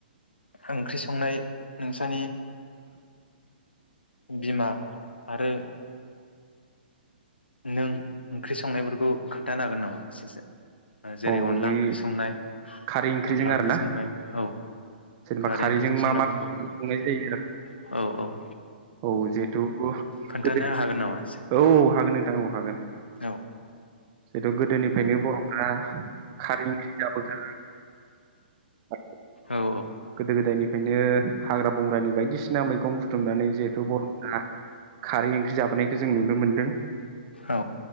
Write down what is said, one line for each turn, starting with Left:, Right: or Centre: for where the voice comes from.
Left: ओंख्रि संनाय नोंसानि। बिमा। आरो। नों ओंख्रि संनायफोरखौ खोन्थानो हागोन नामा एसेसो। जेरै
Right: औ
Left: अनला
Right: बे
Left: ओंख्रि संनाय
Right: खारै ओंख्रिजों
Left: अनला
Right: आरो
Left: ओंख्रि
Right: ना
Left: संनाय औ
Right: जेनेबा
Left: खारै
Right: खारैजों
Left: ओंख्रिजों
Right: मा
Left: संनायफोरखौ
Right: मा संनाय जायो
Left: औ औ। <inaudible>
Right: औ जहेथु गोदोनिफ्रायनो
Left: खोन्थानो हागोन नामा एसे
Right: औ औ हागोन नोंथां औ। हागोन।
Left: औ
Right: <unintelligible> गोदोनिफ्रायनो बर'फ्रा। खारैनि ओंख्रि जाबोखा <unintelligible>
Left: औ
Right: गोदो गोदायनिफ्रायनो हाग्रा। गंग्रानि बायदिसिना मैगं। बुथुमनानै जिहेथु बर'फ्रा खारै ओंख्रि जाबोनायखौ जों नुनो मोनदों
Left: औ